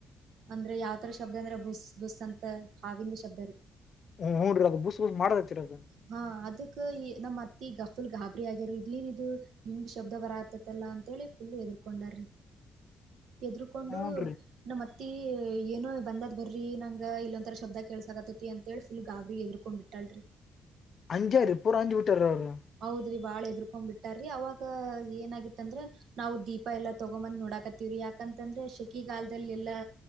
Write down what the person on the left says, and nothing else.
ಹೂ ಹುನ್ರಿ ಅದು ಬುಸ್ ಬುಸ್ ಮಾಡದತ್ತತಿರಿ ಅದು
ಹೂನ್ರಿ
ಹಂಗೇರಿ ಪೂರ ಅಂಜಿ ಬಿಟ್ಟರಿ ಅವ್ರು